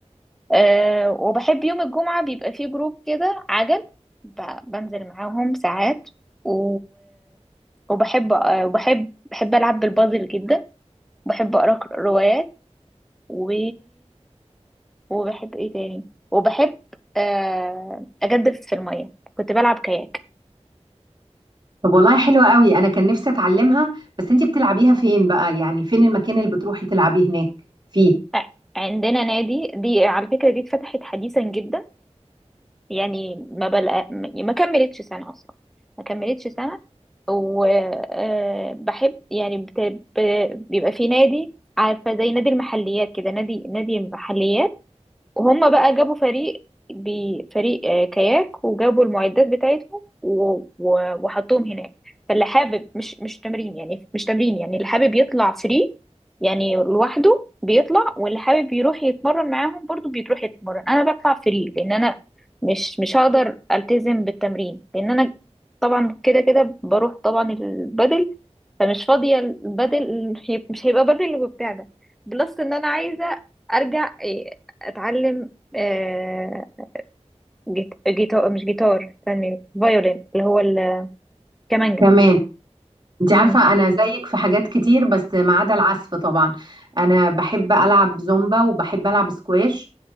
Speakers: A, in the centre; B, on the right (about 40°).
A: أه وبحب يوم الجمعة بيبقى فيه جروب كده عجل ب- بنزل معاهم ساعات و... وبحب أه وبحب بحب العب بالبازل جدا بحب اقرا ك- روايات و... وبحب ايه تاني وبحب آه، اجدف في الميه كنت بلعب كاياك
B: طب والله حلوة قوي أنا كان نفسي أتعلمها بس أنت بتلعبيها فين بقى يعني فين المكان اللي بتروحي تلعبيه هناك فيه
A: آه، عندنا نادي دي على فكره دي اتفتحت حديثا جدا يعني ما بلق... ما كملتش سنه اصلا ما كملتش سنه وبحب يعني بت... ب... بيبقى في نادي عارفه زي نادي المحليات كده نادي نادي محليات وهم بقى جابوا فريق بفريق آه، كاياك وجابوا المعدات بتاعتهم و- و- وحطوهم هناك فاللي حابب مش مش تمرين يعني مش تمرين يعني اللي حابب يطلع فري يعني لوحده بيطلع واللي حابب يروح يتمرن معاهم برضو بيروح يتمرن انا بطلع فري لان انا مش مش هقدر التزم بالتمرين لان انا طبعا كده كده بروح طبعا البدل فمش فاضية بدل مش هيب- مش هيبقى بدل اللي بتاعنا بلس ان انا عايزة ارجع إيه، اتعلم آه، جيت- جيتار مش جيتار استني فيولين اللي هو الكمانجا
B: كمان أنت
A: مم.
B: عارفة أنا زيك في حاجات كتير بس ما عدا العزف طبعا أنا بحب ألعب زومبا وبحب ألعب سكواش